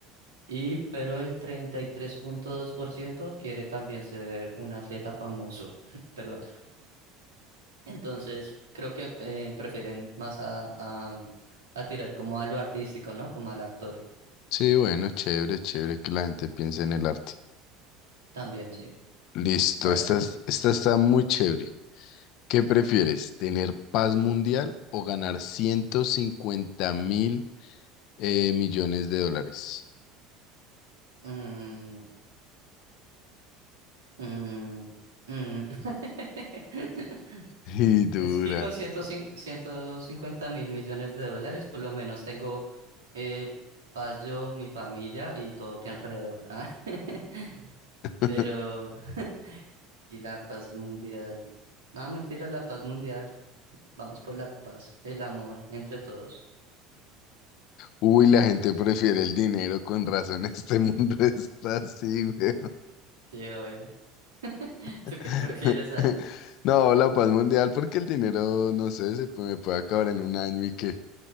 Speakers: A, on the right; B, on the left.
A: Y pero el treinta y tres punto dos por ciento quiere también ser un atleta famoso. <laughs> Perdón. Entonces, creo que eh, prefieren más a, a, mm, a tirar como a lo artístico, ¿no? Como al actor.
B: Sí, bueno, chévere, chévere que la gente piense en el arte.
A: También, sí.
B: Listo,
A: Dale.
B: esta, es- esta está muy chévere. ¿Qué prefieres, tener paz mundial o ganar 150 mil eh, millones de dólares?
A: Mm, mm, mm. <laughs>
B: Y dura.
A: Es que con ciento cincuenta mil millones de dólares, por lo menos tengo eh, paz yo, mi familia y todo mi alrededor. Ah, <laughs>
B: <laughs>
A: Pero, <laughs> y la paz mundial. No, mentira, la paz mundial. Vamos por la paz, el amor entre todos.
B: Uy, la gente prefiere el dinero, con razón. Este mundo <laughs> está así, güey.
A: Sí, obvio. <laughs> ¿Tú
B: <laughs>
A: qué prefieres ahí?
B: No, la paz mundial, porque el dinero, no sé, se puede, me puede acabar en un año y qué.